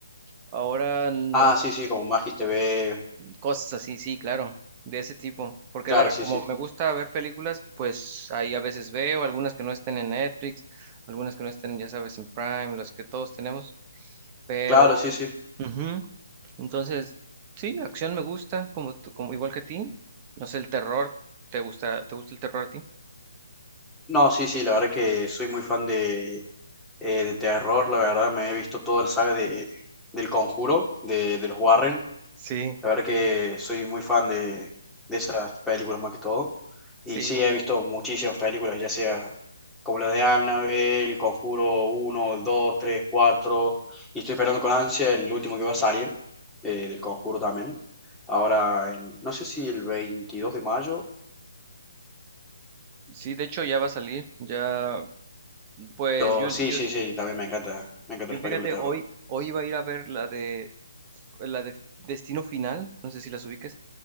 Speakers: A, on the right; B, in the centre.
A: Ahora no,
B: Ah, sí, sí, como Magis TV,
A: cosas así, sí, claro, de ese tipo, porque
B: claro,
A: de-
B: sí,
A: como
B: sí,
A: me gusta ver películas, pues ahí a veces veo algunas que no estén en Netflix, algunas que no estén, ya sabes, en Prime, las que todos tenemos, pero,
B: claro, sí, sí.
A: ujú, entonces, sí, acción me gusta, como, tú- como igual que a ti, no sé, el terror, ¿te gusta, te gusta el terror a ti?
B: No, sí, sí, la verdad que soy muy fan de, eh, de terror, la verdad me he visto toda la saga de, del Conjuro, de, de los Warren,
A: Sí,
B: La verdad que soy muy fan de, de esas películas más que todo. Y
A: sí,
B: sí,
A: o-
B: he visto muchísimas películas, ya sea como las de Annabelle, Conjuro uno, 2, 3, cuatro Y estoy esperando con ansia el último que va a salir eh, del Conjuro también. Ahora, en- no sé si el 22 de mayo,
A: sí, de hecho ya va a salir, ya, pues
B: pero
A: yo,
B: sí,
A: yo,
B: sí, sí, también me encanta, me encantan
A: yo
B: las
A: fíjate,
B: películas de
A: hoy,
B: terror.
A: hoy iba a ir a ver la de, la de Destino Final, no sé si las ubiques,